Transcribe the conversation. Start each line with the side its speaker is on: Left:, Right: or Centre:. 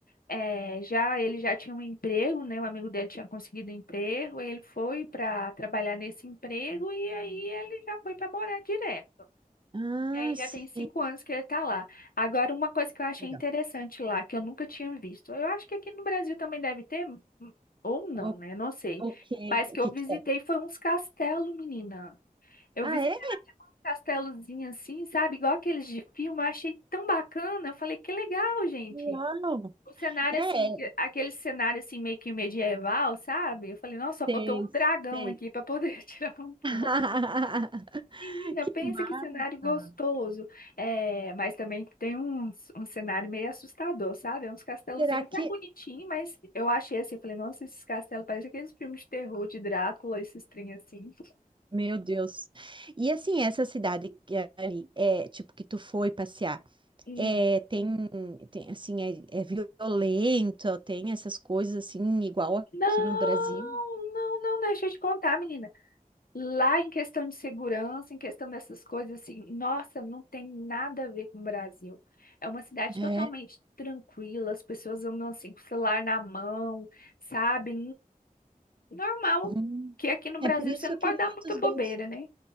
Left: eh, já ele já tinha um emprego, né? Um amigo dele tinha conseguido um emprego. Aí ele foi para trabalhar nesse emprego e aí ele já foi para morar direto.
Right: Ah,
Left: E aí
Right: sim.
Left: já tem cinco anos que ele tá lá. Agora, uma coisa que eu achei
Right: Legal.
Left: interessante lá, que eu nunca tinha visto. Eu acho que aqui no Brasil também deve ter, hum, ou não,
Right: O,
Left: né? Não sei.
Right: o que,
Left: Mas que
Right: o que
Left: eu visitei
Right: que é?
Left: foi uns castelos, menina. Eu
Right: Ah,
Left: visitei
Right: é?
Left: um castelozinho assim, sabe? Igual aqueles de filme. Eu achei tão bacana. Eu falei, que legal, gente.
Right: Uau!
Left: O cenário,
Right: É,
Left: assim, que- aquele cenário, assim, meio que medieval, sabe? Eu falei, nossa,
Right: sei,
Left: só faltou um dragão
Right: sei.
Left: aqui pra poder <laughs> tirar uma
Right: <laughs>
Left: foto. Menina,
Right: Que
Left: pensa
Right: massa!
Left: que cenário gostoso. É, mas também tem uns, um cenário meio assustador, sabe? É uns castelozinhos
Right: Será que...
Left: até bonitinho, mas eu achei assim, eu falei, nossa, esses castelos parecem aqueles filmes de terror de Drácula, esses trem assim.
Right: Meu Deus. E assim, essa cidade que é ali, é, tipo, que tu foi passear,
Left: Hum.
Right: é, tem, tem, assim, é, é violento, tem essas coisas, assim, igual
Left: Não,
Right: aqui no Brasil?
Left: não, não, deixa eu te contar, menina. Lá em questão de segurança, em questão dessas coisas, assim, nossa, não tem nada a ver com o Brasil. É uma cidade
Right: É.
Left: totalmente tranquila, as pessoas andam assim com o celular na mão, sabe? Normal,
Right: Uhum.
Left: que aqui no
Right: É
Left: Brasil
Right: por isso
Left: você não
Right: que
Left: pode
Right: muitos
Left: dar muita bobeira,
Right: gostam.
Left: né?